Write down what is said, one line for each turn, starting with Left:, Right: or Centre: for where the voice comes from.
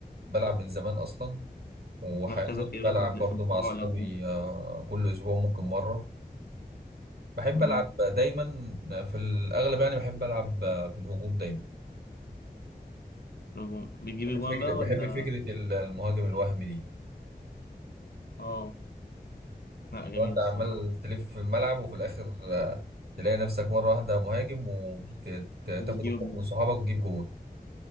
Right: بلعب من زمان أصلا وحاليا
Left: مركزك ايه
Right: بلعب
Left: بقى في الد-
Right: برضه
Left: في الدفاع
Right: مع أصحابي
Left: ولا الهجوم
Right: آه، كل أسبوع ممكن مرة بحب
Left: مم.
Right: ألعب دايما في الأغلب يعني بحب ألعب آه، في الهجوم دايما
Left: الهجوم بتجيب
Right: بحب
Left: اجوان
Right: فكرة
Left: بقى
Right: بحب
Left: ولا
Right: فكرة ال- المهاجم الوهمي دي
Left: اه لا
Right: لو
Left: جميلة
Right: انت
Left: الصراحة
Right: عمال تلف في الملعب وفي الاخر آه، تلاقي نفسك مره واحده مهاجم وتاخد
Left: وبتجيب
Right: الكوره
Left: اجوان
Right: من صحابك وتجيب جون